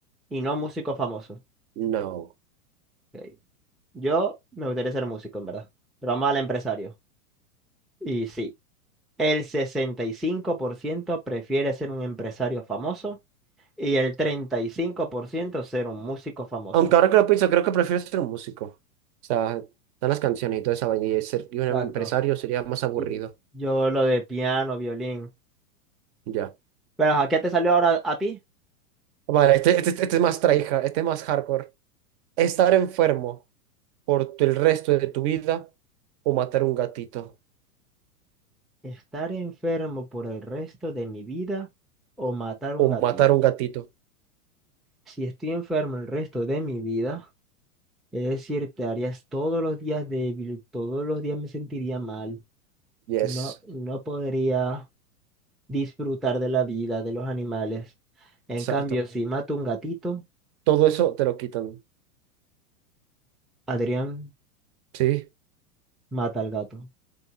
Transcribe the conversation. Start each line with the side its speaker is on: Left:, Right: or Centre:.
Centre: y no músico famoso.
Right: No.
Centre: Ok. Yo me gustaría ser músico, en verdad. Pero vamos al empresario. Y sí, el 65% prefiere ser un empresario famoso y el 35% ser un músico famoso.
Right: Aunque ahora que lo pienso, creo que prefiero ser un músico. O sea, están las canciones y toda esa vaina. Y ser y un
Centre: Exacto.
Right: empresario sería más aburrido.
Centre: Y yo lo de piano, violín.
Right: Ya.
Centre: Pero ¿a qué te salió ahora a ti?
Right: Vale, este, este, este es más traija, este es más hardcore. Estar enfermo por tu- el resto de tu vida o matar un gatito.
Centre: ¿Estar enfermo por el resto de mi vida o matar un
Right: O
Centre: gatito?
Right: matar un gatito.
Centre: Si estoy enfermo el resto de mi vida, Es decir, te harías todos los días débil, todos los días me sentiría mal,
Right: Yes.
Centre: no, no podría disfrutar de la vida, de los animales. En
Right: Exacto.
Centre: cambio, si mato un gatito,
Right: Todo eso te lo quitan.
Centre: Adrián
Right: Sí.
Centre: mata al gato.